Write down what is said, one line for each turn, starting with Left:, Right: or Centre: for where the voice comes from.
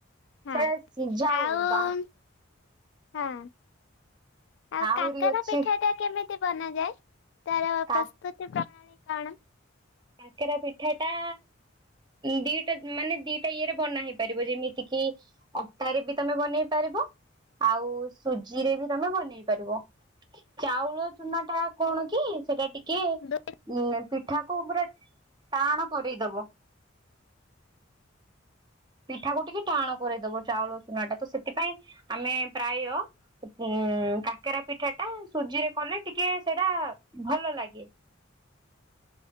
Left: ହାଁ
Right: ସେଟା ସିଝା
Left: ଆଉ
Right: ହୁଏ ବା
Left: ଉ ହଁ ଆଉ
Right: ଆହୁରି
Left: କାକେରା
Right: ଅଛି
Left: ପିଠା ଟା କେମିତି ବନାଯାଏ? ତାର
Right: କା
Left: ପ୍ରସ୍ତୁତି ପ୍ରଣାଳୀ କଣ?
Right: କାକେରା ପିଠା ଟା ଦିଟା ମାନେ ଦିଟା ଇଏରେ ବନା ହେଇ ପାରିବ ଯେମିତି କି ଅଟା ରେ ବି ତମେ ବନେଇ ପାରିବ ଆଉ ସୁଜିରେ ବି ତମେ ବନେଇ ପାରିବ। ଚାଉଳ ଚୁନା ଟା କଣ କି ସେଟା ଟିକେ ଉଁ
Left: ଦୁ
Right: ପିଠା କୁ ପୁରା ଟାଆଣ କରେଇଦବ ପିଠାକୁ ଟିକେ ଟାଆଣ କରେଇଦବ ଚାଉଳ ଚୁନା ଟା ତ ସେଥିପାଇଁ ଆମେ ପ୍ରାୟ ହୁଁ ଉଁ କାକେରା ପିଠା ଟା ସୁଜିରେ କଲେ ଟିକେ ସେଇଟା ଭଲ ଲାଗେ।